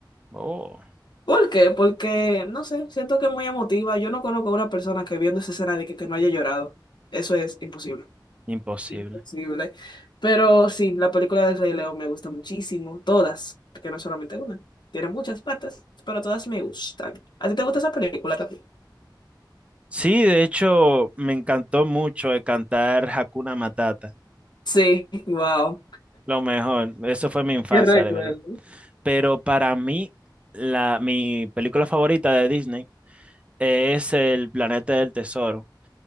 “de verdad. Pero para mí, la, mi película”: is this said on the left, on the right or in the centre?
Right